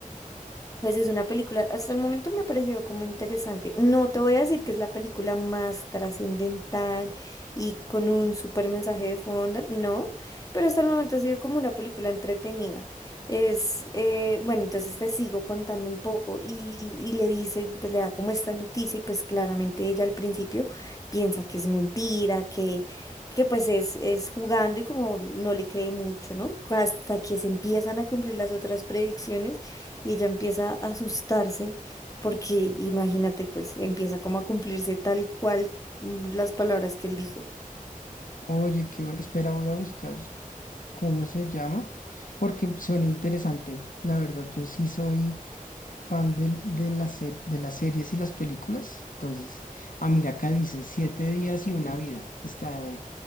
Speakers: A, on the left; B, on the left.
A: Pues es una película, hasta el momento me ha parecido como interesante. No te voy a decir que es la película más trascendental y con un súper mensaje de fondo, no, pero hasta el momento ha sido como una película entretenida. Es, eh, bueno, entonces te sigo contando un poco y, y le dice, pues le da como esta noticia y pues claramente ella al principio piensa que es mentira, que, que pues es, es jugando y como no le cree mucho, ¿no? Hasta que se empiezan a cumplir las otras predicciones y ella empieza a asustarse porque, imagínate, pues empieza como a cumplirse tal cual mm, las palabras que él dijo.
B: Oye, qué bueno, espera, voy a buscar. ¿Cómo se llama? Porque suena interesante. La verdad, yo sí soy fan del- de, la se- de las series y las películas. Entonces, ah, mira, acá dice siete días y una vida. Está